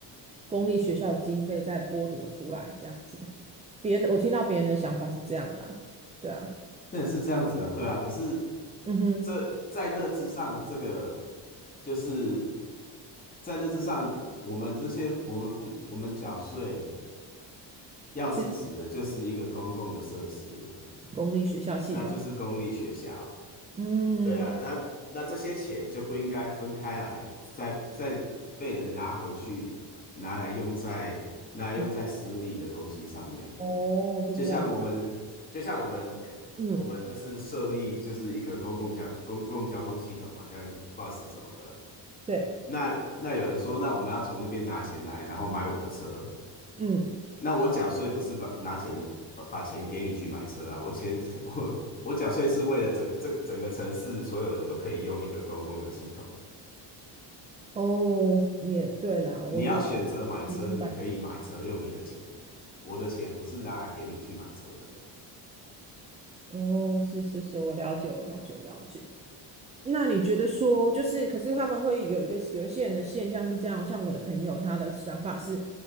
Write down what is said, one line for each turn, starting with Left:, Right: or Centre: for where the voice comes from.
Right: 公立学校的经费再剥夺出来，这样子。别人我听到别人的想法是这样啦，对啊，
Left: 那是这样子啊，对啊。可是
Right: 嗯哼，
Left: 这在那之上，这个就是在那之上，我们这些我们付我们缴税要支持的，
Right: 是
Left: 就是一个公共的设施。
Right: 公立学校系统，
Left: 那就是公立学校。
Right: 嗯，
Left: 对啊，那那这些钱就不应该分开来，再再被人拿回去，拿来用在拿来用在私立的东西上面。
Right: 嗯哦，是这样，
Left: 就像我们，就像我们看我们就是设立就是一个公共交公共交通系统嘛，
Right: 嗯，
Left: 像 bus 什么的。
Right: 对，
Left: 那那有人说，那我们要从那边拿钱来，然后买我的车。
Right: 嗯，
Left: 那我缴税不是把拿钱把把钱给你去买车啊，我钱 <laughs> 我我缴税是为了整这整个城市所有人都可以用一个公共的系统。
Right: 哦，也对啦，
Left: 你要选择买车，
Right: 我觉得我明白。
Left: 你可以买车用你的钱，我的钱不是拿来给你去买车的。
Right: 哦，是是是，我了解，我了解，我了解。那你觉得说，就是，可是他们会有一个有一些人的现象是这样，像我的朋友，他的想法是，